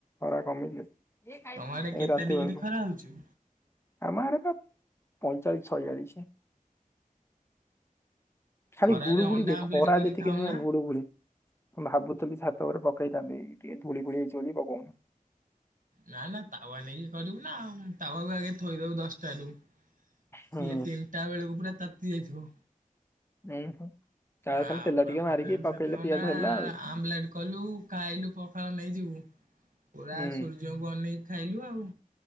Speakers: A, on the left; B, on the right.
A: ଖରା କମିଲେ
B: ତମରେ
A: ଏ
B: କେତେ
A: ରାତି
B: ଡିଗ୍ରୀ
A: ବେଳକୁ
B: ଖରା ହଉଚି।
A: ଆମ ଆଡ଼େ ପା ପଇଁଚାଳିଶ ଛୟାଳିଶ। ଖାଲି
B: ଖରାରେ
A: ଗୁଳୁ ଗୁଳିି
B: ଅଣ୍ଡା
A: ଯେ
B: ଆମ୍ଲେଟ
A: ଖରା
B: କରିକି
A: ଯେତିକି
B: ଖାଉନା।
A: ନୁହେଁ ଗୁଳୁ ଗୁଳି। ମୁଁ ଭାବୁଥିଲି ଛାତ ଉପରେ ପକେଇଥାନ୍ତି ଟିକେ ଧୂଳି ଫୁଳି ହେଇଛି ବୋଲି ପକଉନି।
B: ନା ନା ତାୱା ନେଇକି କରିବୁ ନା ଆଉ। ତାୱାକୁ ଆଗେ ଥୋଇଦବୁ ଦଶଟାରୁୁ ସିଏ
A: ହୁଁ।
B: ତିନିଟା ବେଳକୁ ପୁରା ତାତି ଯାଇଥିବ
A: <unintelligible>
B: ଆଉ
A: ଖାଲି ତେଲ
B: ପୁରା
A: ଟିକେ
B: ପକେଇଲୁ
A: ମାରିକି ପକେଇଲେ
B: ସେଠି ଅଣ୍ଡା
A: ପିଆଜ ହେଲା ଆଉ
B: ଆମ୍ଲେଟ କଲୁ ଖାଇଲୁ ପଖାଳ ନେଇଯିବୁ ପୁରା
A: ହୁଁ
B: ସୂର୍ଯ୍ୟଙ୍କୁ ଅନେଇକି ଖାଇଲୁ ଆଉ।